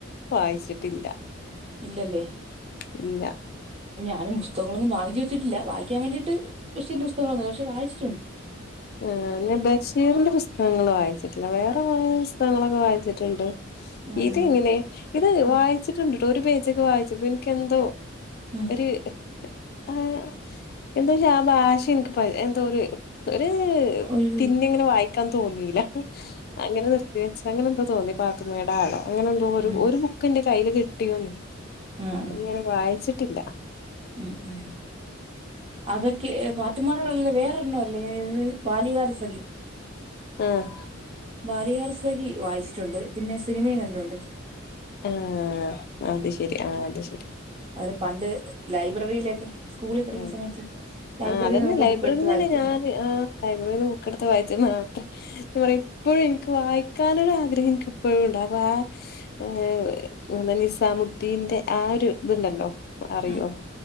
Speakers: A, on the left (about 50°); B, on the right (about 30°).
A: വായിച്ചിട്ടില്ല
B: ഇല്ലല്ലേ
A: ഇല്ല
B: ഞാനും പുസ്തകങ്ങളൊന്നും വാങ്ങിച്ച് വെച്ചിട്ടില്ല വായിക്കാൻ വേണ്ടിട്ട് ബഷീറിന്റെ പുസ്തകങ്ങളൊന്നും പക്ഷെ വായിച്ച
A: ആഹ് ഞാൻ ബഷീറിന്റെ ബുസ് പുസ്തകങ്ങള് വായിച്ചിട്ടില്ല വേറെ പുസ്തകങ്ങളൊക്കെ വായിച്ചിട്ടിണ്ട്
B: ആണല്ലേ
A: ഇത് ഇങ്ങനെ ഇത്
B: ഉം
A: വായിച്ചിട്ടുണ്ട്ട്ടോ ഒരു പേജൊക്കെ വായിച്ചപ്പോ എനിക്ക് എന്തോ
B: ഉം
A: ഒര് ആഹ് എന്താ ആ ഭാഷ എനിക്കിപ്പ എന്തോ ഒര് ഒര്
B: ഒരു
A: പിന്നെങ്ങനെ വായിക്കാൻ തോന്നിയില്ല അങ്ങനെ നിർത്തിയ അങ്ങനെന്തോ തോന്നി പാത്തുമ്മേടെ ആടോ അങ്ങനെ എന്തോരു
B: ഉം
A: ഒരു ബുക്ക് ഇന്റെ കയ്യില് കിട്ടീകണ്.
B: ആഹ് ആഹ്
A: ഇങ്ങനെ വായിച്ചട്ടില്ല.
B: ഉം ഉം അതക്കെ പാത്ത്മ്മാടെ ആടല്ല വേറൊരണ്ണം അല്ലേ ഇത് ബാല്യകാലസഖി.
A: ആഹ്
B: ബാല്യകാലസഖി വായിച്ചിട്ടുണ്ട് പിന്നെ സിനിമയും കണ്ടിട്ടൊണ്ട്.
A: ആഹ് അത് ശരി ആഹ് അത് ശ
B: അതോലെ പണ്ട് ലൈബ്രറിയിലൊക്കെ സ്കൂളി പഠിക്കുന്ന
A: ആ
B: സമയത്ത്. ലൈബ്രറിയിൽ
A: ആഹ് അതന്നെ
B: നിന്നൊക്കെ
A: ലൈബ്രറീന്ന്
B: ബുക്ക് എടുത്ത് വായിക്കും
A: തന്നെ ഞാൻ ആ ലൈബ്രറീന്ന് ബുക്കെടുത്ത് വായിച്ച് മാത്രെ പറയും ഇപ്പോഴും എനിക്ക് വായിക്കാനൊരു ആഗ്രഹം എനിക്ക് ഇപ്പോഴും ഉണ്ട്. അപ്പൊ ആഹ് ഏഹ് ന നിസാമുദ്ദീന്റെ ആ ഒര് ഇതുണ്ടല്ലോ? അറിയോ
B: ആഹ്